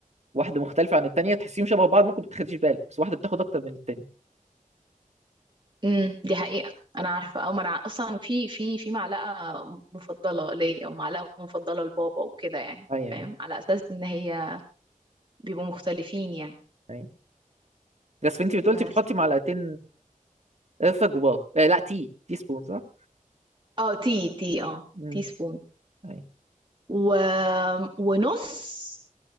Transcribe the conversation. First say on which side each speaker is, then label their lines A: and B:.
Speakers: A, on the right; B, on the right.
A: واحده مختلفه عن التانيه تحسيهم شبه بعض ممكن ما تاخديش بالك بس واحده بتاخد اكتر من التانيه
B: امم دي حقيقة انا عارفة او ما انا اصلا في في في معلقة مفضلة ليا ومعلقة مفضلة لبابا وكده يعني
A: اي
B: فاهم
A: اي
B: على اساس ان هي بيبقوا مختلفين يعني
A: اي بس انت بتقولتي
B: بس
A: بتحطي معلقتين قرفه جواه آه لا تي تي سبون صح؟
B: اه تي تي اه
A: امم
B: تي سبون
A: اي
B: و... ونص